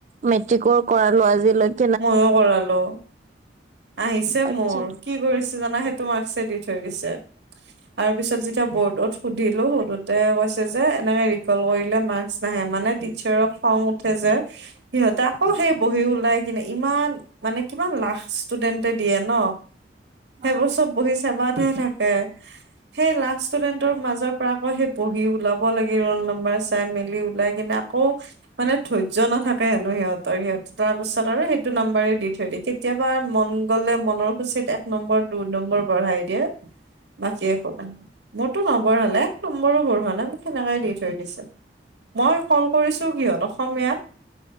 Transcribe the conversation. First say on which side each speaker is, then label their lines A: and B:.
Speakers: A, on the right; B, on the right.
A: মেট্ৰিকৰ কৰালো আজিলৈক
B: মইয়ো কৰালো আহিছে
A: আজি
B: মোৰ কি কৰি ছে জানা সেইটো মাৰ্কচে দি থৈ দিছে আৰু পিছত যেতিয়া বৰ্ডত সুধিলো সুধু তে কৈছে যে এনেকে ৰিকল কৰিলে মাৰ্কচ নাহে মানে টিচাৰৰ খং উঠে যে সিহঁতে আকৌ
A: অ
B: সেই বহী ওলাই কিনে ইমান মানে কিমান লাখ ষ্টুডেণ্টে দিয়ে ন সেইবোৰ
A: অ।
B: চব বহি চেবাতহে থাকে সেই লাখ ষ্টুডেন্টৰ মাজত পৰা আকৌ সেই বহি ওলাব লাগে ৰোল নাম্বাৰ চাই মেলি ওলাই কিনে আকৌ মানে ধৈৰ্য নাথাকে হেনো সিহঁতৰ সিহত তাৰ পাছত আৰু সেইটো নাম্বাৰে দি থৈ দিয়ে কি কেতিয়াবা মন গলে মনৰ খুচীত এক নম্বৰ দুই নম্বৰ বঢ়াই দিয়ে বাকী একো নাই মোৰতো নবঢ়ালে এক নম্বৰ বঢ়োৱা নাই মোক সেনেকাই দি থৈ দিছে মই কল কৰিছো কিহত অসমীয়াত